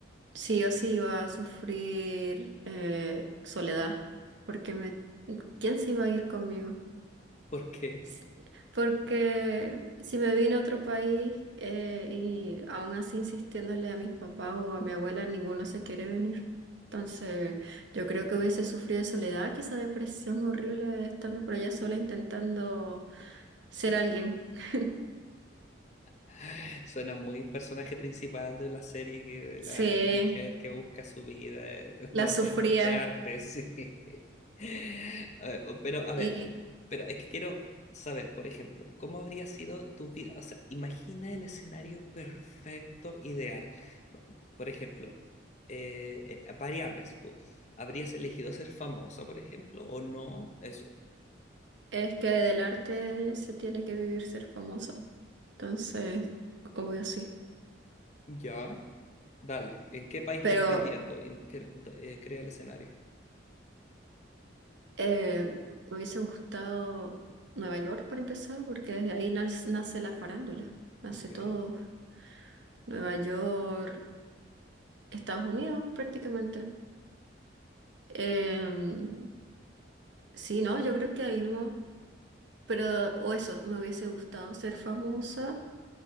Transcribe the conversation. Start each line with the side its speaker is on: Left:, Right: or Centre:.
Right: sí o sí iba a sufrir eh, soledad, porque me, ¿quién se iba a ir conmigo?
Left: Porque
Right: S- Porque si me vine a otro país eh, y aún así insistiéndole a mis papás o a mi abuela, ninguno se quiere venir. Entonces, yo creo que hubiese sufrido de soledad, quizá depresión horrible estando por allá sola intentando ser alguien. <laughs>
Left: <laughs> suena muy personaje principal de la serie, que, de
Right: Sí,
Left: la mujer que busca su vida eh,
Right: la sufría
Left: <laughs> de, arte, sí. Eh, o- Pero, a
Right: y
Left: ver, pero es que quiero saber, por ejemplo, ¿cómo habría sido tu vida? O sea, imagina el escenario perfecto, ideal. Va- Por ejemplo, eh, eh, variables. pu- ¿Habrías elegido ser famosa, por ejemplo, o no? Eso.
Right: es que del arte se tiene que vivir ser famosa. Entonces, obvio sí.
Left: Ya. Dale. ¿En qué país
Right: Pero
Left: estás viviendo? Y quiero- da- eh, crea el escenario.
Right: eh, me hubiese gustado Nueva York para empezar, porque desde ahí nas- nace la farándula, nace
Left: Ok.
Right: todo. Nueva York, Estados Unidos prácticamente. Em, sí, no, yo creo que ahí nomás. Pero, o eso, me hubiese gustado ser famosa